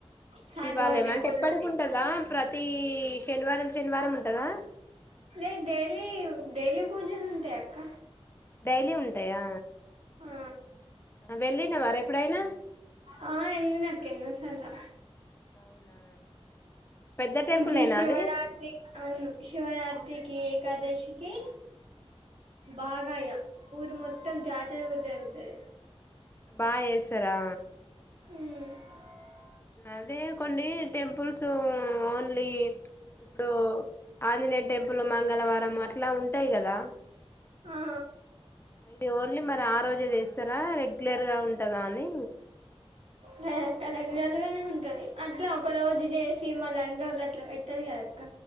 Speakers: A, on the right; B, on the left.
A: సాయిబాబా
B: శివాలయ
A: టెంపుల్
B: అంటే ఎప్పడుకింటందా
A: ఉంది
B: ప్రతిీ శనివారం శనివారం ఉంటందా
A: లే డైలీ డైలీ పూజలు ఉంటాయి అక్క
B: డైలీ ఉంటాయా
A: ఆ
B: వెళ్ళినావ ర ఎప్పుడైనా
A: ఆ ఎలినా అక్క ఎన్నో సార్లు
B: అవునా పెద్ద టెంపులేనా
A: ఇంక శివరాత్రి
B: అది
A: అవును శివరాత్రికి ఏకాదశికి బాగాయ్య ఊరు మొత్తం జాతర జరుగుతుంది
B: బాగా చేస్తారా
A: హ
B: అదే కొన్ని టెంపుల్స్ ఓన్లీ ఇప్పుడు ఆంజనే టెంపుల్ మంగళవారం అట్లా ఉంటాయి కదా
A: ఆ
B: ఇది ఓన్లీ మరి ఆ రోజు పూజ చేస్తారా రెగ్యులర్ గా ఉంటుందా అని
A: లేస్తాడు అండి రెగ్యులర్ గానే ఉంటుంది అట్లా ఒక రోజు చేసి మళని అట్లా పెట్టనీయరు అక్క